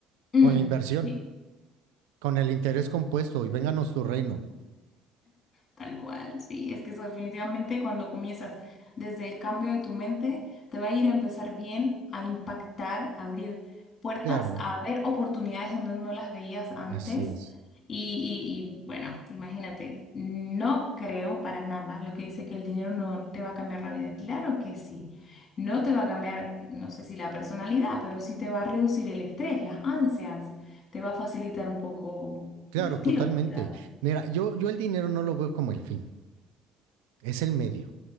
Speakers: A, on the left; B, on the right.
A: Mm,
B: Con la inversión,
A: sí.
B: con el interés compuesto y vénganos tu reino.
A: Tal cual, sí, es que eso definitivamente cuando comienzas desde el cambio de tu mente, te va a ir a empezar bien, a impactar, a abrir puertas,
B: Claro,
A: a ver oportunidades donde no las veías antes.
B: así es.
A: Y, y- y, bueno, imagínate, no creo para nada lo que dice que el dinero no te va a cambiar la vida. Claro que sí, no te va a cambiar, no sé si la personalidad, pero sí te va a reducir el estrés, las ansias, te va a facilitar un poco
B: Claro,
A: el estilo
B: totalmente.
A: de vida,
B: Mira, yo, yo el dinero no lo veo como el fin, es el medio